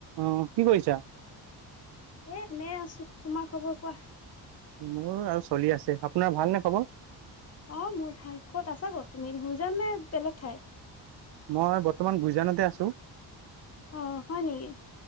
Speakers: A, on the right; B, on the left.
A: অঁ কি কৰিছা?
B: এ এনেই আছো। তোমাৰ খবৰ কোৱা?
A: মোৰ আৰু চলি আছে আপোনাৰ ভাল নে খবৰ।
B: অ মোৰ ভাল ক'ত আছা ক'ত তুমি গুই যাম নে বেলেগ ঠাই।
A: মই বৰ্তমান ভুইজানতে আছো
B: অ হয় নেকি